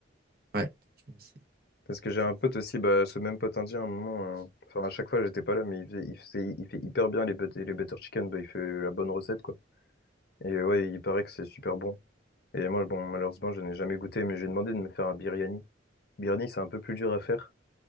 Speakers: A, on the right (about 50°); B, on the left (about 50°).
A: ouais, franchement, c'est,
B: Parce que j'ai
A: c'est-
B: un pote aussi, bah, ce même pote indien, à un moment, euh, enfin, à chaque fois, j'étais pas là, mais il fait, il faisait- il fait hyper bien les, but- les butter chicken, bah, il fait la bonne recette, quoi. Et ouais, il paraît que c'est super bon. Et moi, bon, malheureusement, je n'ai jamais goûté, mais j'ai demandé de me faire un biryani. Biryani, c'est un peu plus dur à faire,